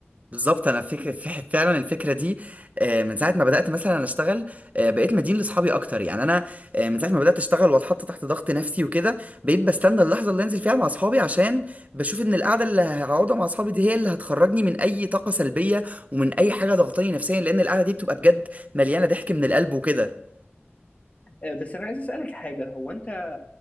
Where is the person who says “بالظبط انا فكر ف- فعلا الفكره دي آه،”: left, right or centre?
Right